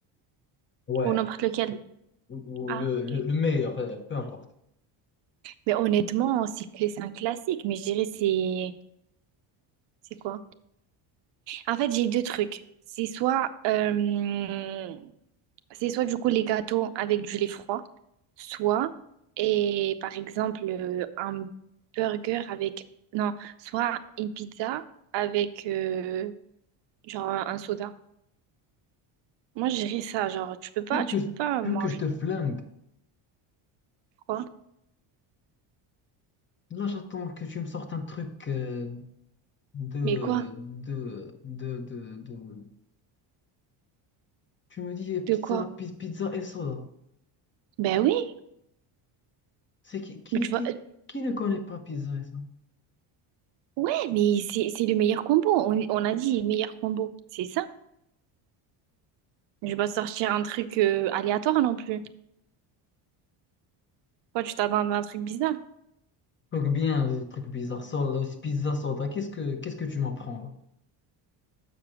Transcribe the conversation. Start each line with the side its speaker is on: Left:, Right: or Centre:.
Left: Ouais.
Right: Ou n'importe lequel.
Left: Ou
Right: Ah,
Left: le,
Right: ok.
Left: le, le meilleur, euh, peu importe.
Right: Mais honnêtement, c'est cla- c'est un classique, mais je dirais c'est... C'est quoi? En fait, j'ai deux trucs. C'est soit... euh, C'est soit, du coup, les gâteaux avec du lait froid, soit, et par exemple, euh, un burger avec... Non, soit une pizza avec, euh, genre, un un soda. Moi, je dirais ça, genre, tu peux pas,
Left: Tu veux
Right: tu
Left: que je,
Right: peux pas
Left: tu
Right: manger
Left: veux que je te flingue?
Right: quoi?
Left: Là, j'attends que tu me sortes un truc euh, de,
Right: Mais quoi?
Left: de, de, de, de- Tu me dis eh, pizza,
Right: De quoi?
Left: pi- pizza et soda.
Right: Ben oui,
Left: C'est qui, qui,
Right: mais tu vois,
Left: qui, qui ne connaît pas pizza et soda?
Right: Ouais, mais c'est c'est le meilleur combo. On, on a dit meilleur combo. C'est ça. Je vais pas sortir un truc euh, aléatoire non plus. Toi, tu t'attends à un truc bizarre.
Left: Truc bien, euh, truc bizarre, soda, euh, pizza, soda. Qu'est-ce que, qu'est-ce que tu m'apprends? là